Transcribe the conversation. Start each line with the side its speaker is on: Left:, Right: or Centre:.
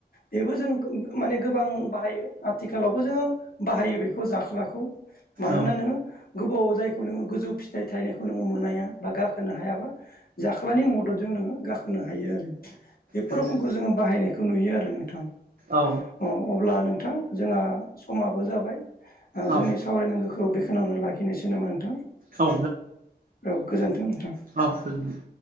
Left: बेबो जों माने गोबां बाहायो आथिखालावबो जोङो बाहायो बेखौ जाख्लाखौ मानोना
Right: औ
Left: नोङो गोबाव जायखौ नोङो गोजौ फिथाइ थाइनायखौ नोङो मोनाया बा गाखोनो हायाबा जाख्लानि मददजों नोङो गाखोनो हायो आरो बेफोर
Right: नंगौ
Left: रोखोमखौ जोङो बाहायनायखौ नुयो आरो नोंथां
Right: औ
Left: अ अब्ला नोंथां जोंहा समाबो जाबाय जोंनि
Right: औ
Left: सावरायनांगौखौ बेखावनो लाखिनोसै नामा नोंथां
Right: औ
Left: औ गोजोन्थों नोंथां
Right: औ गोजोन्थों